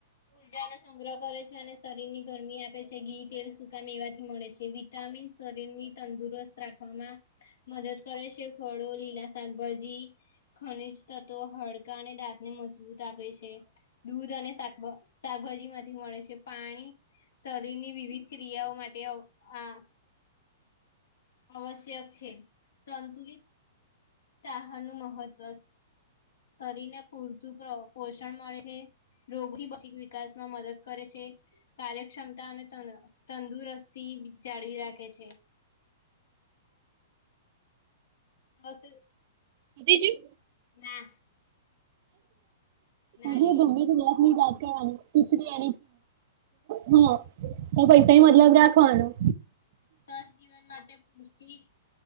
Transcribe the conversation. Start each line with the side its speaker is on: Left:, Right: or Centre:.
Left: ઉર્જાનો સંગ્રહ કરે છે અને શરીરની ગરમી આપે છે. ઘી, તેલ, સુકામ મેવાથી મળે છે વિટામિન શરીરની તંદુરસ્ત રાખવામાં મદદ કરે છે. ફળો, લીલા શાકભાજી. ખનીજ તત્વ હડકા અને દાંતને મજબૂત આપે છે. દૂધ અને શા શાકભાજીમાંથી મળે છે. પાણી શરીરની વિવિધ ક્રિયાઓ માટે આ આવશ્યક છે. સંતુલિત કે આહારનું મહત્વ શરીરને પૂરતું પોષણ મળે છે. રોગોની ભિક વિકાસમાં મદદ કરે છે. કાર્યક્ષમતા અને તંદુરસ્તી જાળવી રાખે છે. હા તે
Right: પતિ જ્યું?
Left: ના નાલી
Right: હજી ગમે તો નોકની જ વાત કરવાની. ખીચડી હ તો કઈ કઈ મતલબ રાખવાનું.
Left: સ્વસ્થ જીવન માટે પૌષ્ટિક